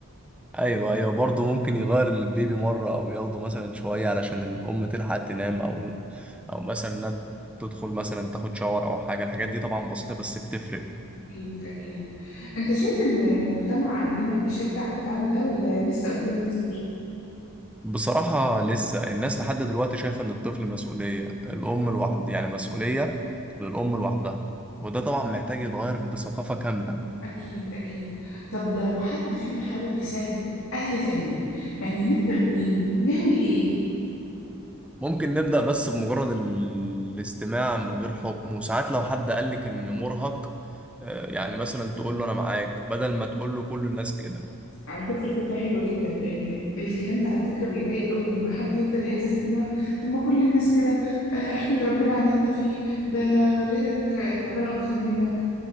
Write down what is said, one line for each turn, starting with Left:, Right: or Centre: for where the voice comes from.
Centre: ايوه ايوه برضه ممكن يغير البيبي مره او ياخده مثلا شويه علشان الام تلحق تنام او او مثلا إنها تدخل مثلا تاخد شاور او حاجه الحاجات دي طبعا بسيطه بس بتفرق
Left: اكيد اكيد انت شايف ان المجتمع عندنا بيشجع على الدعم ده ولا لسه قدامه كتير
Centre: بصراحه لسه الناس لحد دلوقتي شايفه ان الطفل مسؤوليه الام لوحدها يعني مسؤوليه للام لوحدها وده طبعا محتاج يتغير بثقافه كامله
Left: أكيد أكيد طب لو حد فينا حابب يساعد أهل تانيين يعني نبدأ منين؟ نعمل إيه؟
Centre: ممكن نبدا بس بمجرد ال- الاستماع من غير حكم وساعات لو حد قالك ان مرهق آه، يعني مثلا تقول له انا معاك بدل ما تقول له كل الناس كده
Left: على فكرة فكرة حلوة جدا لأن الكلام ده على فكرة بيضايق قوي لما حد يفضل يحسسك إن هو طب ما كل الناس كده آه، احمد ربنا على اللي أنت فيه ده غيرك آه، تعبان أكتر منك